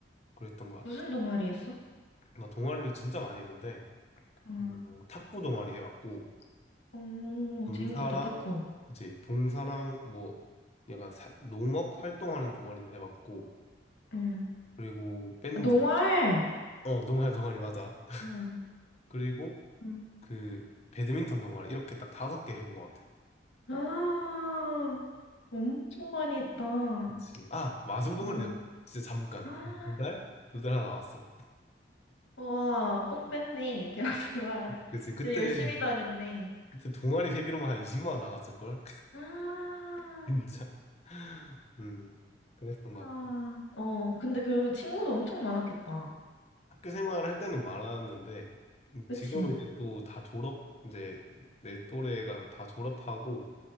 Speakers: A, on the left; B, on the left.
A: 그랬던 것
B: 무슨
A: 같아.
B: 동아리 했어?
A: 나 동아리를 진짜 많이 했는데
B: 어,
A: 음, 탁구 동아리 해봤고
B: 오,
A: 봉사랑
B: 재밌겠다, 탁구.
A: 그치 봉사랑 뭐 약간 사- 농업 활동하는 동아리도 해봤고
B: 응.
A: 그리고 밴드
B: 아, 농활!
A: 어 농활 동아리 맞아. <laughs>
B: 응,
A: 그리고
B: 응.
A: 그 배드민턴 동아리 이렇게 딱 다섯 개 해본 것 같아.
B: 아, 엄청 많이 했다.
A: 그치 아 마술 동아리도
B: 응.
A: 해봤다. 진짜 잠깐
B: 아,
A: 두 달?
B: <gasps>
A: 두 달 하나 나왔어.
B: 와, 뽕 뺐네, <laughs> 대학 생활.
A: 그치 그때
B: 진짜 열심히 다녔네.
A: 그때 동아리 회비로만 한 20만 원 나갔을 걸.
B: 아,
A: <laughs> 진짜. 음. 그랬던
B: 아,
A: 것 같아.
B: 어, 근데 그러면 친구도 엄청 많았겠다.
A: 학교 생활을 할 때는 많았는데 음,
B: 그치?
A: 지금은 이제 또 다 졸업 이제 내 또래가 다 졸업하고